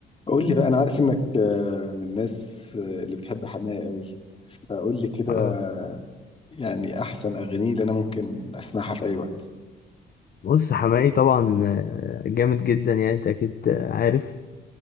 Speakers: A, on the left; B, on the left.
A: قول لي بقى انا عارف انك آه، من الناس آه، اللي بتحب حماقي قوي فقول لي كده
B: آه.
A: آه، يعني احسن اغانيه اللي انا ممكن اسمعها في اي وقت
B: بص حماقي طبعا آه، جامد جدا يعني انت اكيد آه، عارف